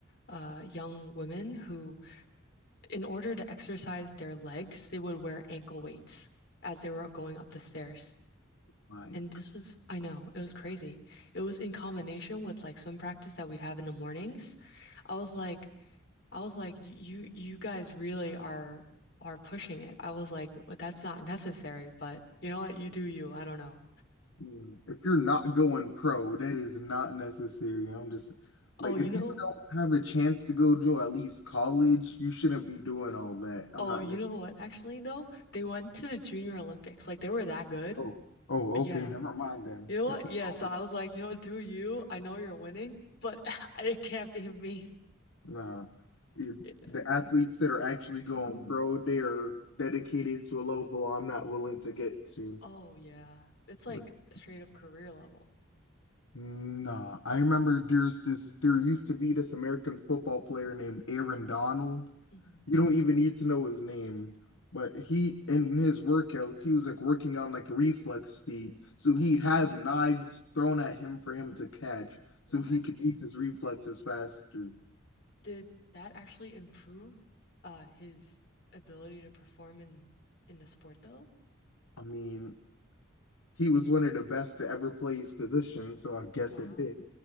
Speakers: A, on the left (about 55°); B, on the left (about 75°).
A: uh, young women who, in order to exercise their legs, they would wear ankle weights as they were going up the stairs.
B: my
A: And this was, I know, it was crazy. It was in combination with like swim practice that we'd have in the mornings. I was like, I was like, "Y- you you guys really are are pushing it. I was like, "Well, that's not necessary, but you know what, you do you. I don't know.
B: Yeah. If you're not going pro, that is not necessary. I'm just
A: Oh,
B: like,
A: you
B: if
A: know,
B: you don't have a chance to go to at least college, you shouldn't be doing all that. I'm
A: oh,
B: not
A: you
B: gonna.
A: know what? Actually, though, they went to the Junior Olympics. Like they were that good.
B: Oh, oh,
A: yeah.
B: okay, never mind then.
A: You know what?
B: That's a
A: Yeah,
B: college.
A: so I was like, you know what, do you? I know you're winning, but <laughs> it can't be me.
B: Nah, It-
A: Yeah.
B: the athletes that are actually going pro, they are dedicated to a level I'm not willing to get to.
A: Oh yeah. It's like
B: Like,
A: straight up career level.
B: nah. I remember there's this. There used to be this American football player named Aaron Donald.
A: hmm
B: You don't even need to know his name, but he in his workouts, he was like working on like reflex speed. So
A: Oh,
B: he'd have knives thrown at him for him to catch,
A: what?
B: so he could use his reflexes faster.
A: Did that actually improve uh his ability to perform in in the sport though?
B: I mean, he was one of the best to ever play his position, so I guess
A: Wow.
B: it did.